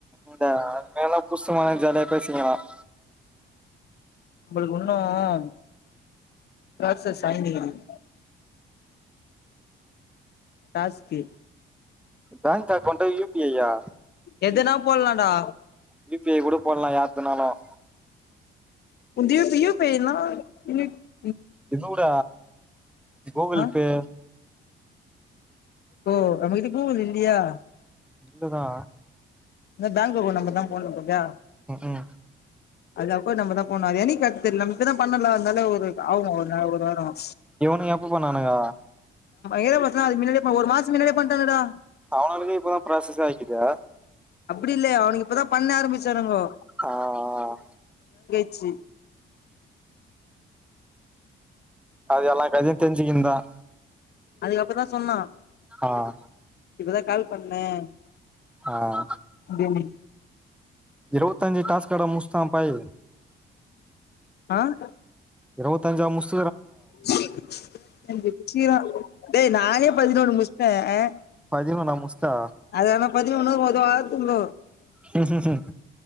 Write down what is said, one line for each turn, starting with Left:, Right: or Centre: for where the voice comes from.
Centre: இ அது மேல்லாம் புசுமான ஜாலியா போய் பேசிக்கலாம்
Left: உங்களுக்கு ஒண்ணும் <unintelligible> டாஸ்க்கு
Centre: பேங்க் அக்கௌண்ட்டா யூபிஐயா
Left: எதுனா போலலாம்டா
Centre: யூபிஐ கூட போடலாம் யார்துனாலும்
Left: உந்த வய பேன இ
Centre: இது கூட கூகுள்
Left: ஆ
Centre: பே
Left: ஓ அமைதி கூகுள் இல்லயா
Centre: இல்லதா
Left: இந்த பேங்க் போ நம் நங்க போ நம்கா
Centre: உம் உம்
Left: ஆ நம்ம தான் போண்ணுவாார் என் எனக்கு தெரியல <unintelligible> நம்மப்பதான் பண்ணலாம் இருந்தால ஒரு ஆகமா ஒரு ஒரு வாரம்
Centre: இவனுங்க எப்ப பண்ணாவானுங்க
Left: ஏய பசங்க அது முன்னாடியே ஒரு மாம் முன்னாடி பண்ணட்டானனுடா
Centre: அவனால்க இப்பதான் பிராசஸ் ஆய்க்கிது
Left: அப்படி இல்லலை அவனுக்கு இப்பதான் பண்ண ஆரம்பிச்சானங்கோ
Centre: ஆஹா ஆஹா
Left: ச்சி
Centre: அது எல்லாம் கதையும் தெரிஞ்சுக்குந்தான்
Left: அதுக்கப்புறம் சொன்னான்
Centre: ஆஹ
Left: இப்பதான் கால் பண்ணேன்
Centre: ஆஹ
Left: உம்
Centre: இருவத்தஞ்சு டாஸ்கட முஸ்தான் பாய்
Left: ஆஹ
Centre: இருவத்தஞ்ச முடிச்
Left: சிச் அய்யோ சிச் டேய் நானே பதினொன்னு முடிச்சுட்டேன்
Centre: பதினொன்னா முஸ்தா
Left: அது என்ன கொஞ்சம் ஒன்னுத்துக்கும் ஒதாவது உம்
Centre: கும் கும் உம்